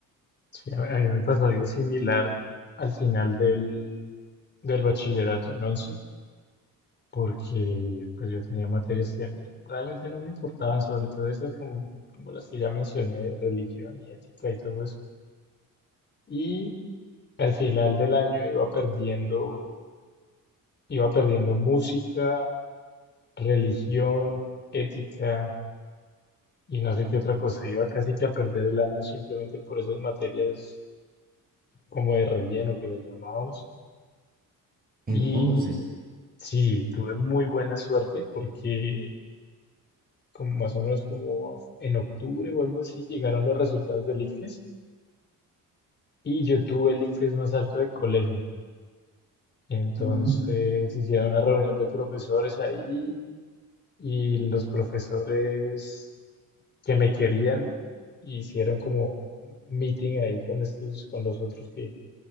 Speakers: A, on the left; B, on the right.
A: Sí, a mí, a mí me pasó algo similar al final del, del bachillerato en 11, porque pues yo tenía materias que a mí realmente no me importaban, sobre todo esas como, como las que ya mencioné, de religión y ética y todo eso. Y al final del año iba perdiendo, iba perdiendo música, religión, ética. Y no sé qué otra cosa, iba casi que a perder el año simplemente por esas materias como de relleno que le llamamos.
B: En
A: Y
B: once
A: sí, tuve muy buena suerte porque como más o menos como en octubre o algo así llegaron los resultados del ICFES y yo tuve el ICFES más alto del colegio. Entonces
B: mm,
A: hicieron una reunión de profesores ahí y los profesores que me querían hicieron como un meeting ahí con estos, con los otros que